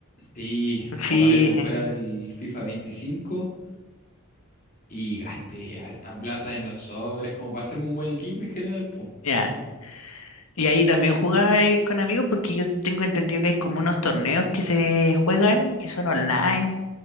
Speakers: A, on the left; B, on the left.
A: Sí,
B: Sí,
A: co- había comprado
B: <laughs>
A: el FIFA 25 y gasté harta plata en los sobres como para hacerme un buen equipo en general, po.
B: ya. Y ahí también jugáis con amigos porque yo tengo entendido que hay como unos torneos que se juegan, que son online,